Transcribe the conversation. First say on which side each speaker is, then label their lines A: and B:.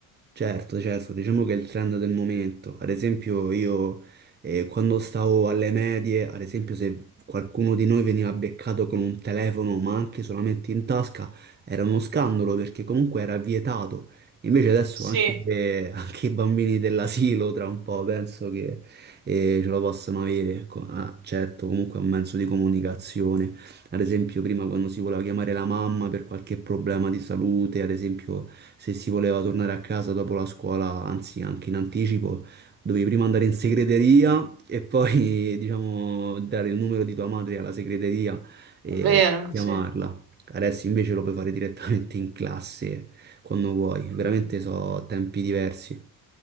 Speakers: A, on the right; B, on the right.
A: Certo, certo, diciamo che è il trend del momento. Ad esempio, io eh, quando stavo alle medie, ad esempio, se qualcuno di noi veniva beccato con un telefono, ma anche solamente in tasca, era uno scandalo perché comunque era vietato. Invece adesso
B: Sì,
A: anche,
B: è
A: eh, anche i bambini dell'asilo, tra un po', penso che eh, ce la possano avere. Co- ah, certo, comunque è un mezzo di comunicazione. Ad esempio, prima quando si voleva chiamare la mamma per qualche problema di salute, ad esempio, se si voleva tornare a casa dopo la scuola, anzi anche in anticipo, dovevi prima andare in segreteria e poi, <laughs> diciamo, dare il numero di tua madre alla segreteria e
B: vero,
A: chiamarla.
B: sì.
A: Adesso invece lo puoi fare direttamente in classe quando vuoi, veramente
B: Mh-mh.
A: so tempi diversi.